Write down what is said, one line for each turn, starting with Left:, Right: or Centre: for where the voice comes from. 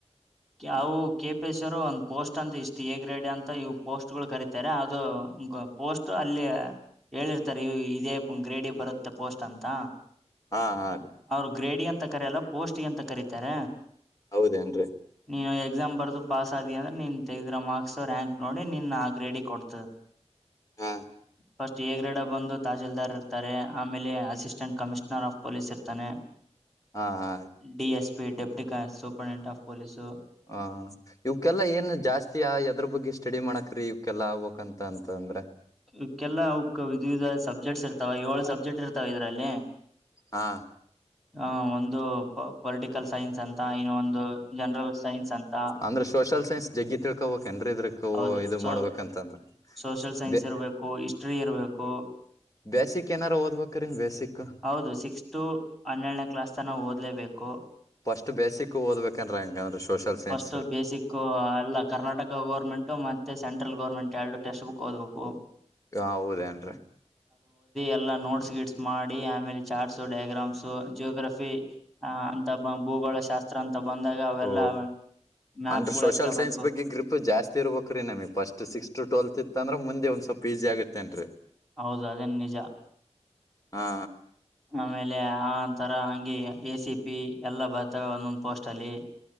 Centre: ಅವು ಕೆಪಿ ಎಸ್ ಅವರು ಒಂದ್ ಪೋಸ್ಟ್ ಅಂತ ಇಷ್ಟು ಎ ಗ್ರೇಡ್ ಅಂತ ಇವು ಪೋಸ್ಟ್ ಗಳು ಕರಿತವಿ ಇ ಅದು ಪೋಸ್ಟ್ ಅಲ್ಲಿ ಹೇಳಿರ್ತಾರೆ ಇದೇ ಗ್ರೇಡಿ ಬರುತ್ತ ಪೋಸ್ಟ್ ಅಂತ
Left: ಹಾ ಹಾ ರೀ
Centre: ಅವರು ಗ್ರೇಡ್ ಅಂತ ಕರಲ್ಲ ಪೋಸ್ಟ್ ಎಂತ ಕರಿತ ಇತಾರ
Left: ಹೌದೇನ್ರರಿ
Centre: ನೀ ಎಕ್ಸಾಮ್ ಬರ್ದು ಪಾಸ್ ಆದಿ ಅಂದ್ರೆನ್ ತೆಗೆದಿರೋ ಮಾರ್ಕ್ಸ್ ರ್ಯಾಂಕ್ ನೋಡಿ ನಿನ್ ಆ ಗ್ರೇಡಿ ಕೊಡ್ತದೆ
Left: ಹಾ
Centre: ಫಸ್ಟ್ ಗ್ರೇಡ ಒಂದು ತಹಸೀಲ್ದಾರ್ ಇರ್ತಾರೆ ಆಮೇಲೆ ಅಸಿಸ್ಟೆಂಟ್ ಕಮಿಷ್ನರ್ ಆಫ್ ಪೊಲೀಸ್ ಇರ್ತಾನೆ
Left: ಹಾ ಹಾ
Centre: D S deputy superintendent of police
Left: ಹ ಇವಕ್ಕೆಲ್ಲ ಏನು ಜಾಸ್ತಿಯ ಎದ್ರ ಬಗ್ಗೆ ಇಷ್ಟ ಸ್ಟಡಿ ಮಾಡಕ್ರೀ ಇವ್ಕ್ಕೆಲ್ಲ ಆಗ್ಬೇಕಕ್ ಅಂತ ಅಂತ ಅಂದ್ರೆ
Centre: ಇಕ್ಕೆಲ್ಲ ಅವಕ್ ವಿಧ ವಿಧ ಸಬ್ಜೆಕ್ಟ್ಸ್ ಇರ್ತಾವ ಏಳ ಸಬ್ಜೆಕ್ಟ್ ಇರ್ತಾವ ಇದ್ರಲ್ಲಿ
Left: ಹಾ
Centre: ಹಾ ಒಂದು ಪೊಲಿಟಿಕಲ್ ಸೈನ್ಸ್ ಅಂತ ಇನ್ನ ಒಂದು ಜನರಲ್ ಸೈನ್ಸ್ ಅಂತ
Left: ಅಂದ್ರೆ ಸೋಷಲ್ ಸೈನ್ಸ್ ಜಗ್ಗಿ ತಿಳ್ಕೊಬಕ್ ಏನ್ರಿ ಇದ್ರಕ
Centre: ಹೌದು
Left: ಇದು
Centre: ಸೋ
Left: ಮಾಡ್ಬೇಕಂತಂದ್ರ
Centre: ಸೋಷಿಯಲ್ ಸೈನ್ಸ್
Left: ಬೆ
Centre: ಇರಬೇಕು ಹಿಸ್ಟ್ರಿ ಇರ್ಬೇಕು
Left: ಬೇಸಿಕ್ ಏನಾರ ಓದ್ಬೇಕ್ರೀ ಬೇಸಿಕ್
Centre: ಹೌದು ಸಿಕ್ಸ್ ಟ ಹನ್ನೆರಡನೇ ಕ್ಲಾಸ್ ಓದ್ಲೇಬೇಕು
Left: ಫಸ್ಟ್ ಬೇಸಿಕ್ ಓದ್ಬೇಕೇನ್ರಿ ಹಂಗಂದ್ರ ಸೋಷಲ್ ಸೈನ್ಸ್
Centre: ಫಸ್ಟ್ ಬೇಸಿಕ್ ಎಲ್ಲ ಕರ್ನಾಟಕ ಗರ್ಮೆಂಟ್ ಮತ್ತೆ ಸೆಂಟ್ರಲ್ ಗೌರ್ಮೆಂಟ್ ಎರಡು ಟೆಕ್ಸ್ಟ್ ಬುಕ್ ಓದಬೇಕು
Left: ಹ ಹೌದೇನ್ರೀ
Centre: ಎಲ್ಲಾ ನೋಟ್ಸ್ ಗಿಟ್ಸ್ ಮಾಡಿ ಆಮೇಲೆ ಚಾರ್ಟ್ಸ್ ಡಯಾಗ್ರಾಮ್ಸ್ ಜಿಯೋಗ್ರಾಪಿ ಆ ಅಂತ ಭೂಗೋಳ ಶಾಸ್ತ್ರ ಅಂತ ಬಂದಾಗ ಅವೆಲ್ಲ
Left: ಓ
Centre: ಮ್ಯಾಪ್ಗಳು
Left: ಅಂದ್ರ ಸೋಷಲ್
Centre: ಹಾಕಬೇಕು
Left: ಸೈನ್ಸ್ ಬಗ್ಗೆ ಗ್ರಿಪ್ ಜಾಸ್ತಿ ಇರ್ಬೇಕ್ರೀ ನಮಗ್ ಫಸ್ಟ್ ಸಿಕ್ಸ್ತ್ ಟ್ವೆಲ್ತ್ ಇತ್ತ ಅಂದ್ರ ಮುಂದೆಂದ ಸ್ವಲ್ಪ ಇಜಿ ಆಗತ್ತೇನ್ರಿ
Centre: ಹೌದು ಅದೇನ್ ನಿಜ
Left: ಹಾ
Centre: ಆಮೇಲೆ ಆಂತರ ಹಂಗೆ ಎ ಸಿ ಪಿ ಎಲ್ಲ ಬರ್ತವೆ ಒಂದೊಂದ್ ಪೋಸ್ಟ್ ಅಲ್ಲಿ